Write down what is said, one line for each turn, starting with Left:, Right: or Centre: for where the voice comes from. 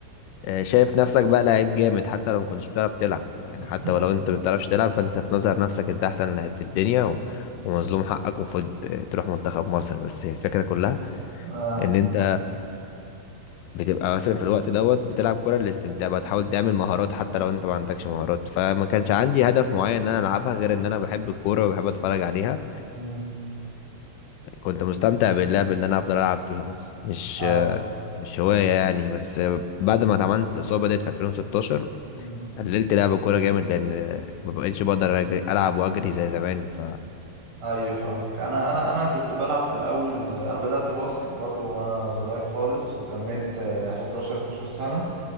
Left: آه، شايف نفسك بقى لعيب جامد حتى لو ما كنتش بتعرف تلعب يعني
Right: <laughs>
Left: حتى ولو انت ما بتعرفش تلعب فانت تنظر نفسك انت احسن لعيب في الدنيا و... ومظلوم حقك المفروض آه، تروح منتخب مصر بس هي الفكرة كلها
Right: اه
Left: ان انت بتبقى مثلا في الوقت دوت بتلعب كرة للاستمتاع بقى تحاول تعمل مهارات حتى لو انت ما عندكش مهارات فما كانش عندي هدف معين ان انا العبها غير ان انا بحب الكورة وبحب اتفرج عليها
Right: مم.
Left: كنت مستمتع باللعب ان انا افضل العب فيها بس مش
Right: ايوه
Left: مش هواية يعني بس بعد ما اتعملت اصابة ديت في 2016
Right: مم.
Left: قللت لعب الكورة جامد لان ما بقتش بقدر أج- العب واجري زي زمان ف
Right: ايوه فاهمك انا انا انا كنت بلعب في الاول انا بدأت باسكت برضو وانا صغير خالص وكملت آه، 11 12 سنة